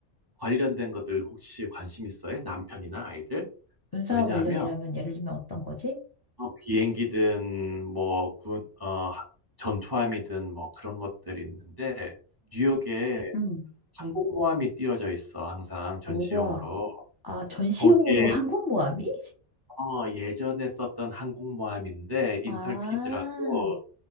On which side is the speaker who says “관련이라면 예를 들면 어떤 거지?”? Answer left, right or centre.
Left